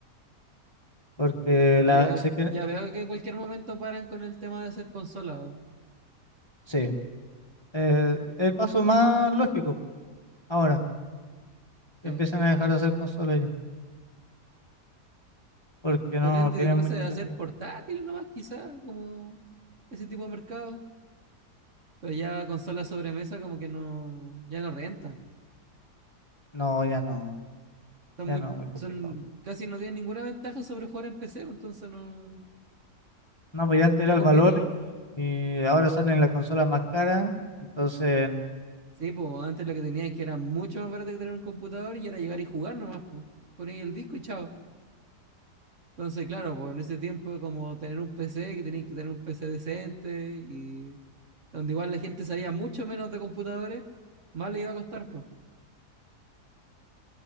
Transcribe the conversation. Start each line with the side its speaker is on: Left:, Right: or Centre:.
Left: Porque la,
Right: Y Yo,
Left: sé que,
Right: ya veo que en cualquier momento paran con el tema de hacer consolas.
Left: sí, eh, el paso más lógico ahora, que
Right: sí.
Left: empiezan a dejar de hacer consolas ya, porque no
Right: Podrían dedicarse
Left: tienen mucho
Right: a
Left: sentido.
Right: hacer portátiles nomás, quizás, como ese tipo de mercado. Pero ya consolas sobremesa, como que no, ya no renta.
Left: No, ya no,
Right: Son
Left: ya
Right: muy,
Left: no, muy complicado.
Right: son, casi no tienen ninguna ventaja sobre jugar en PC, entonces no,
Left: No, pues ya antes era
Right: no
Left: el
Right: conviene.
Left: valor y, y ahora salen las consolas más caras, entonces...
Right: Sí, pues antes lo que tenían que era mucho más barato que tener un computador y era llegar y jugar nomás, pues. Ponéis el disco y chao. Entonces, claro, pues en ese tiempo como tener un PC, que tenías que tener un PC decente y donde igual la gente sabía mucho menos de computadores, más le iba a costar, pues.